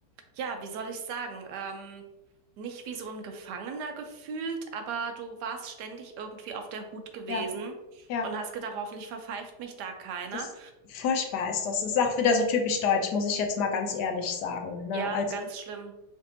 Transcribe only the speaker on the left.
ja, ja.
Das furchtbar ist das. Das Ist auch wieder so typisch deutsch, muss ich jetzt mal ganz ehrlich sagen, ne?
Also